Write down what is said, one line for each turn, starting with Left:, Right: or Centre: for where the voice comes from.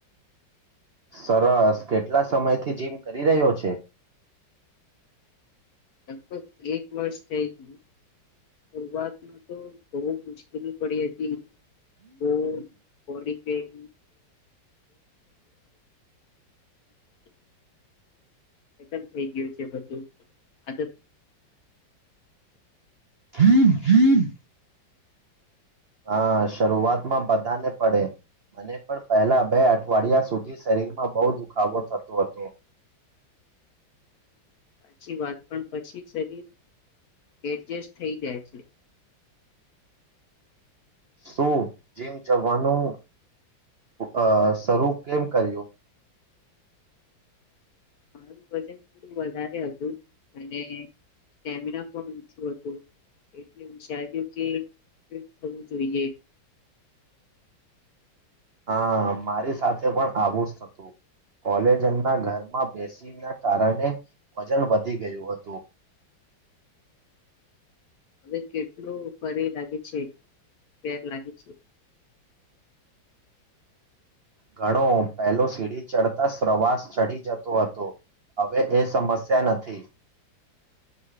Right: સરસ કેટલા સમય થી જીમ કરી રહ્યો છે
Left: લગભગ એક વર્ષ થઈ ગયું શરૂઆત તો બો મુશ્કેલ <unintelligible> પડી હતી હ પડી <inaudible> એક જ થઈ ગયું છે બધું આદત
Right: <inaudible> હા શરૂઆતમાં બધાને પડે મને પણ પહેલા બે અઠવાડિયા સુધી શરીરમાં બો દુખાવો થતો હતો
Left: સાચી વાત પણ પછી શરીર એડજસ્ટ થઈ જાય છે
Right: શું જીમ જવાનું અ શરૂ કેમ કર્યું
Left: મારું વજન થોડું વધારે હતું અને સ્ટેમિના પણ ઓછું હતું એટલે વિચાર્યું કે ફિટ થવું જોઈએ
Right: હા મારી સાથે પણ આવું જ હતું કોલેજ એના ઘરમાં બેસીને કારણે વજન વધી ગયું હતું
Left: તે કેટલું ભારે લાગે છે ફેર લાગે છે.
Right: ઘણો પહેલો સીડી ચડતા શવાસ ચઢી જતો હતો હવે એ સમસ્યા નથી